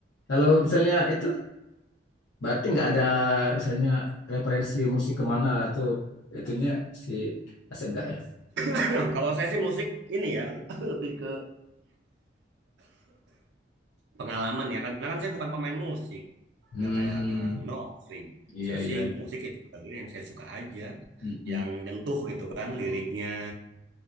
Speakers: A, on the left; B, on the right.
A: kalau misalnya itu Berarti nggak ada misalnya referensi musik kemana tuh itunya si Asep nggak ya?
B: Nah, kalau saya sih musik ini ya <laughs> lebih ke pengalaman ya karena kan saya bukan pemain musik.
A: Hmm,
B: Nggak kayak Kang Nofri.
A: iya
B: Saya
A: iya.
B: sih musik ya yang saya suka aja,
A: Mm-mm.
B: yang nyentuh gitu kan liriknya.